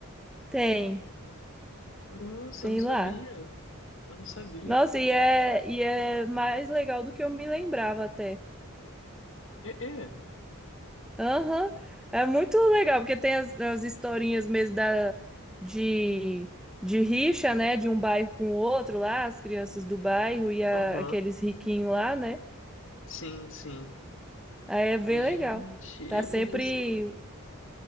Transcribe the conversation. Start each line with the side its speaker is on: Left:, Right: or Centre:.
Centre: Tem,
Left: Nossa,
Centre: tem
Left: eu não sabia.
Centre: lá.
Left: Eu não sabia.
Centre: Nossa, e é, e é mais legal do que eu me lembrava até.
Left: É, é.
Centre: Aham, é muito legal, porque tem as, as historinhas mesmo da, de, de rixa, né? De um bairro com o outro lá, as crianças do bairro e a-
Left: Aham.
Centre: aqueles riquinhos lá, né?
Left: Sim, sim.
Centre: Aí é bem
Left: Gente,
Centre: legal. Tá
Left: eu
Centre: sempre
Left: tenho que. assi-